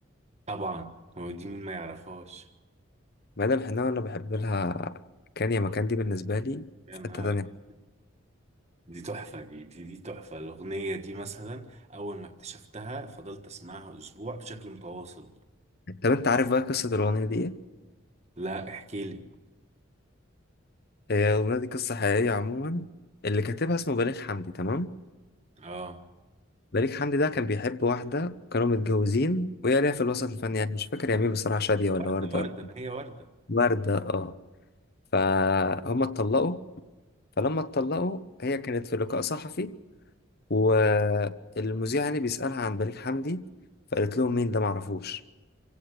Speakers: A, on the right; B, on the left.
A: طبعا هو دي مين ما يعرفهاش
B: ميادة الحناوي انا بحب لها كان يا مكان دي بالنسبه لي
A: يا
B: في
A: نهار
B: حته تانية
A: دي تحفة دي دي دي تحفة الأغنية دي مثلا أول ما اكتشفتها فضلت أسمعها أسبوع بشكل متواصل
B: طب انت عارف بقى قصه الاغنيه دي ايه
A: لا احكي لي
B: هي الأغنية دي قصة حقيقية عموما اللي كاتبها اسمه بليغ حمدي تمام
A: آه
B: بليغ حمدي ده كان بيحب واحدة كانوا متجوزين وهي ليها في الوسط الفني يعني مش فاكر يا مين بصراحة شادية ولا وردة
A: ده وردة
B: ولا
A: ما هي وردة
B: وردة اه فهم اتطلقوا فلما اتطلقوا هي كانت في لقاء صحفي والمذيع يعني بيسألها عن بليغ حمدي فقالت لهم مين ده معرفوش